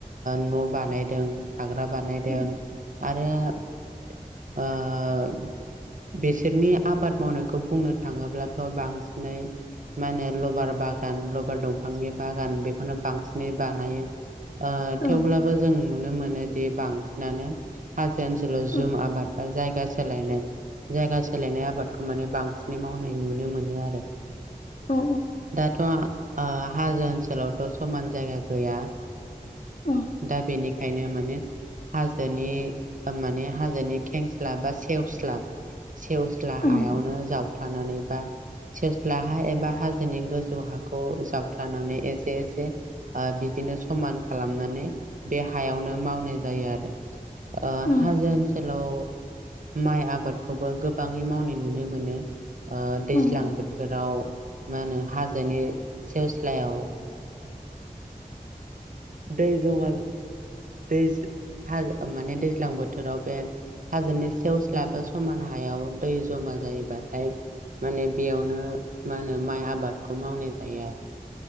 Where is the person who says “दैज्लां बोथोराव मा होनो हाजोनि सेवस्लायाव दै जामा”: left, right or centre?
Right